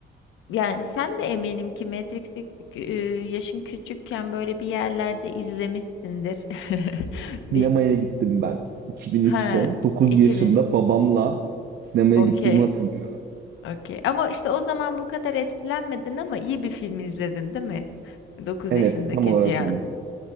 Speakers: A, on the left (about 80°); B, on the right (about 55°).
A: yani sen de eminim ki Matrix'i e, yaşın küçükken böyle bir yerlerde izlemişsindir. <laughs>
B: <laughs>
A: Bir
B: Sinemaya gittim ben. 2003'te
A: ha
B: 9
A: 2000
B: yaşımda babamla sinemaya
A: okey
B: gittiğimi hatırlıyorum.
A: okey. Ama işte o zaman bu kadar etkilenmedin ama iyi bir film izledin değil mi? 9
B: Evet,
A: yaşındaki
B: tam olarak
A: Cihan.
B: öyle.